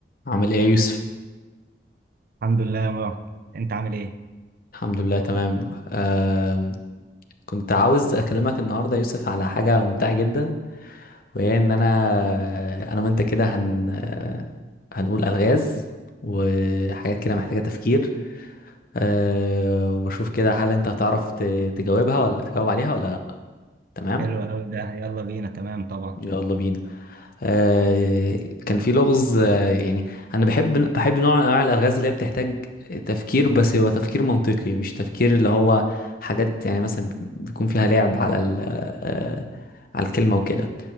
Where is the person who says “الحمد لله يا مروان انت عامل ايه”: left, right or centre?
Right